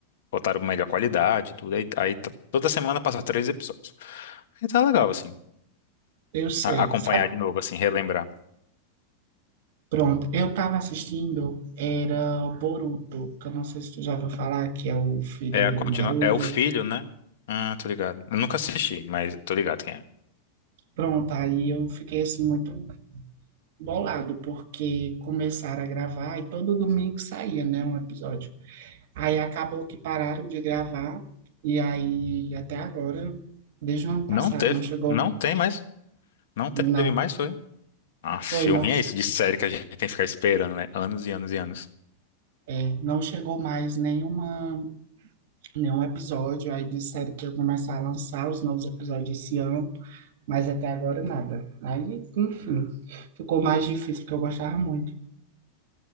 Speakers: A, on the left; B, on the right.
A: botaram melhor qualidade, e tudo. Aí, aí tá- toda semana passa três episódios. E tá legal, assim.
B: eu sei.
A: a- acompanhar
B: Sabe?
A: de novo, assim, relembrar.
B: Pronto, eu tava assistindo, era Boruto, que eu não sei se tu já ouviu falar, que é o filho
A: É a
B: do
A: continua,
B: Naruto.
A: é o filho, né? Ah, tô ligado. Eu nunca assisti, mas tô ligado quem é.
B: Pronto, aí eu fiquei assim muito bolado, porque começaram a gravar e todo domingo saía, né, um episódio. Aí acabou que pararam de gravar, e aí até agora, desde o ano passado,
A: Não teve,
B: não chegou,
A: não tem mais, não teve
B: não,
A: mais, foi. Ah,
B: foi,
A: o
B: não,
A: ruim é isso de série que a gente tem que ficar esperando, né? Anos e anos e anos.
B: é, não chegou mais nenhuma, nenhum episódio. Aí disseram que ia começar a lançar os novos episódios esse ano, mas até agora nada. Aí, enfim, ficou mais difícil, porque eu gostava muito.